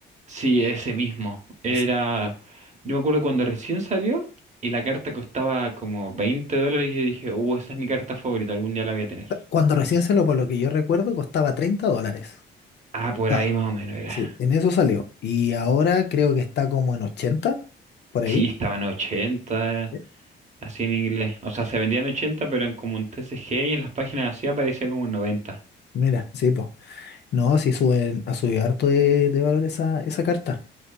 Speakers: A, on the right (about 35°); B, on the left (about 60°).
A: Sí, ese mismo. Era.
B: Exacto.
A: Yo me acuerdo cuando recién salió y la carta costaba como 20 dólares y yo dije, uh, esa es mi carta favorita, algún día la voy a tener.
B: Cuando recién salió, por lo que yo recuerdo, costaba 30 dólares.
A: Ah,
B: Estaba.
A: por ahí más o menos era.
B: Sí, en eso salió. Y ahora creo que está como en 80 por
A: Sí,
B: ahí.
A: estaban ochenta
B: Sí.
A: así en inglés. O sea, se vendían 80 pero en como un TCG y en las páginas así aparecía como en noventa
B: Mira, sí, pues. No, sí suben, ha subido harto de, de valor esa, esa carta.